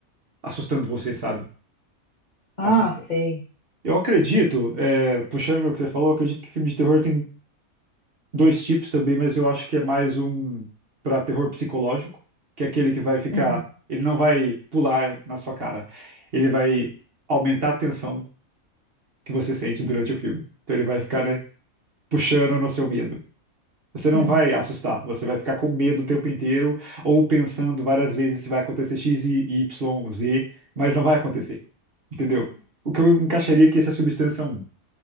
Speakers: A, on the right; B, on the left.
A: assustando você, sabe?
B: Ah,
A: Assustando.
B: sei.
A: Eu acredito, é, puxando o que você falou, eu acredito que filme de terror tem dois tipos também, mas eu acho que é mais um para terror psicológico, que é aquele que vai ficar,
B: Uhum,
A: ele não vai pular na sua cara. Ele vai aumentar a tensão que você sente durante o filme. Então ele vai ficar, né, puxando no seu medo. Você não
B: uhum.
A: vai assustar, você vai ficar com medo o tempo inteiro ou pensando várias vezes se vai acontecer X e Y, Z, mas não vai acontecer. Entendeu? O que eu encaixaria aqui, essa substância é um.